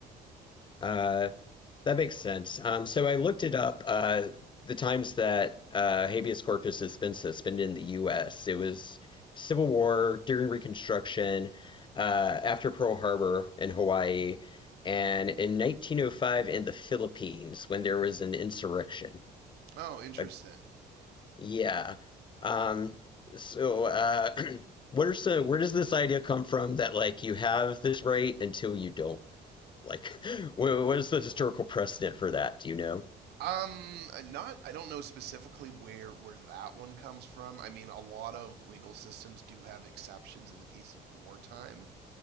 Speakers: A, on the left (about 30°); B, on the right (about 75°).
A: Uh, that makes sense. Um, so I looked it up. Uh, the times that uh, habeas corpus has been suspended in the U.S. It was Civil War, during Reconstruction, uh, after Pearl Harbor in Hawaii, and in 1905 in the Philippines when there was an insurrection.
B: Oh, interesting.
A: Uh, yeah. Um, so, uh, <clears throat> what are some, where does this idea come from that like you have this right until you don't? Like, <laughs> what is the historical precedent for that? Do you know?
B: Um, not I don't know specifically where where that one comes from. I mean, a lot of legal systems do have exceptions in the case of wartime